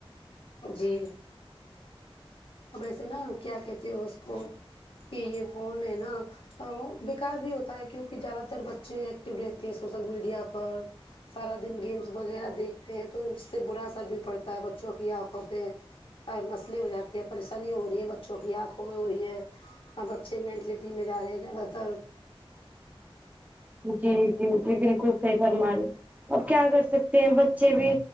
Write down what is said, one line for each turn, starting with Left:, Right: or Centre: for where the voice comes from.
Left: جی اب ایسے نا کیا کہتے ہو اس کو کہ یہ فون ہے نا بیکار بھی ہوتا ہے کیونکہ زیادہ تر بچے ایکٹو رہتے ہیں سوشل میڈیا پر سارا دن گیمس وغیرہ دیکھتے ہیں تو اس سے برا اثر بھی پڑتا ہے بچوں کی آنکھوں پہ مسئلے ہو جاتے ہیں پریشانیاں ہو رہی ہیں بچوں کی آنکھوں میں ہو رہی ہے اور بچے مینٹلٹی میں جا رہے ہیں زیادہ تر
Right: جی جی جی بالکل صحیح فرما رہے اب کیا کر سکتے ہیں بچے بھی